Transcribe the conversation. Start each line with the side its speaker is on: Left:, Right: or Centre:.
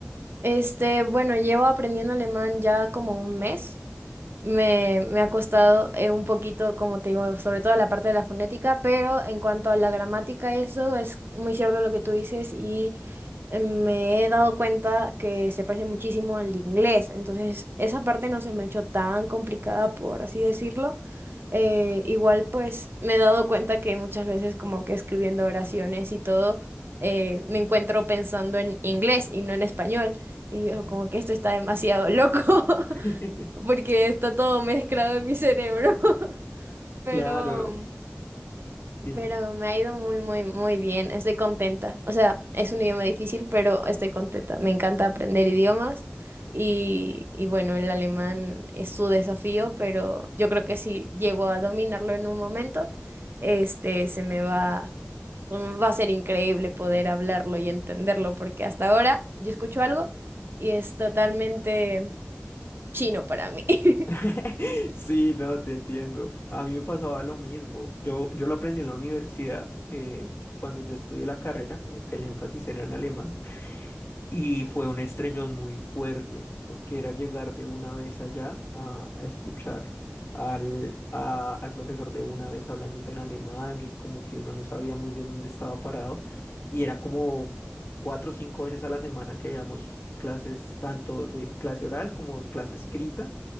Right: Este, bueno, llevo aprendiendo alemán ya como un mes. Me,
Left: Ujú,
Right: me ha costado eh, un poquito, como te digo, sobre todo la parte de la fonética, pero en cuanto a la gramática, eso es muy cierto lo que tú dices y eh, me he dado cuenta que se parece muchísimo al inglés, entonces esa parte no se me ha hecho tan complicada, por así decirlo. Eh, igual pues me he dado cuenta que muchas veces como que escribiendo oraciones y todo, eh, me encuentro pensando en inglés y no en español, y
Left: ujú.
Right: yo como que esto está demasiado loco. <laughs>
Left: <laughs>
Right: porque está todo mezclado en mi cerebro. <laughs> Pero,
Left: Claro, dime.
Right: pero me ha ido muy, muy, muy bien. Estoy contenta. O sea, es un idioma difícil, pero estoy contenta. Me encanta aprender idiomas y, y bueno, el alemán es su desafío, pero yo creo que si llego a dominarlo en un momento, este, se me va, mm, va a ser increíble poder hablarlo y entenderlo, porque hasta ahora yo escucho algo y es totalmente chino para mí. <laughs>
Left: <laughs> Sí, no, te entiendo. A mí me pasaba lo mismo. Yo, yo lo aprendí en la universidad, eh, cuando yo estudié la carrera, como que el énfasis era en alemán. Y fue un estrellón muy fuerte, porque era llegar de una vez allá a, a escuchar al, a- al profesor de una vez hablándote en alemán y como que uno no sabía muy bien dónde estaba parado. Y era como cuatro o cinco veces a la semana que veíamos clases, tanto de clase oral como clase escrita.